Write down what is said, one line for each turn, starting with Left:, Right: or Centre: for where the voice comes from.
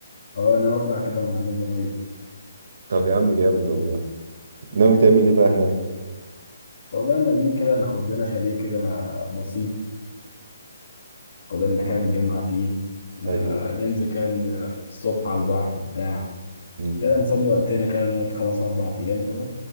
Left: اه انا اطلع كده مع الناس زمايلي
Right: طب يا عم جامد والله ناوي تعمل ايه بقى هناك
Left: والله ناويين كده ناخد لنا شاليه كده بسيط كلنا كده نتجمع فيه ن-
Right: ايوه
Left: ننزل كان الصبح على البحر بتاع
Right: مم.
Left: كده نسلي وقتنا كده نقعد خلاص أربع أيام كده